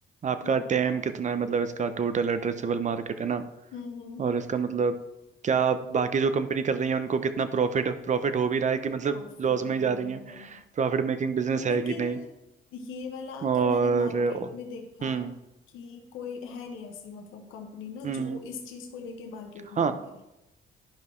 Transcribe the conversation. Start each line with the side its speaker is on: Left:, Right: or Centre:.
Right: आपका
Left: हाँ
Right: टैम
Left: हाँ हाँ
Right: कितना है मतलब इसका टोटल एड्रेसेबल मार्केट है ना
Left: हम्म हम्म
Right: और इसका मतलब क्या बाकी जो कंपनी कर रही है उनको कितना प्रॉफिट प्रॉफिट हो भी रहा है कि मतलब
Left: प्रॉफिट
Right: लॉस में
Left: हो
Right: ही जा
Left: रहा
Right: रही
Left: है हो
Right: है
Left: रहा है
Right: प्रॉफिट मेकिंग बिजनेस
Left: लेकिन
Right: है कि नहीं
Left: ये वाला
Right: और
Left: तो मैंने मार्केट में देखा
Right: हम्म
Left: है कि कोई है नहीं ऐसी मतलब कंपनी ना
Right: हम्म
Left: जो इस चीज को लेके मार्केट
Right: हाँ
Left: में आई है